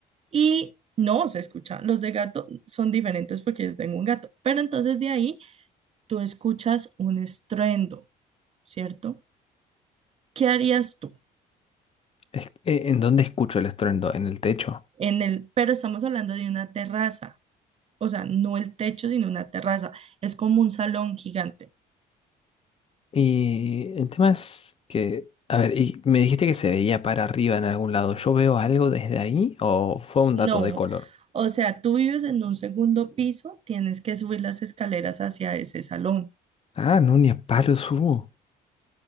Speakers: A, on the right; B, on the left.
A: Y no, se escucha, los de gato son diferentes porque yo tengo un gato, pero entonces de ahí tú escuchas un estruendo, ¿cierto? ¿Qué harías tú?
B: Es- eh, ¿en dónde escucho el estruendo? En el techo.
A: En el, pero estamos hablando de una terraza, o sea, no el techo, sino una terraza, es como un salón gigante.
B: Y el tema es que. A ver, y me dijiste que se veía para arriba en algún lado. ¿Yo veo algo desde ahí o fue un
A: No.
B: dato de color?
A: O sea, tú vives en un segundo piso, tienes que subir las escaleras hacia ese salón.
B: Ah, no, ni a palos hubo.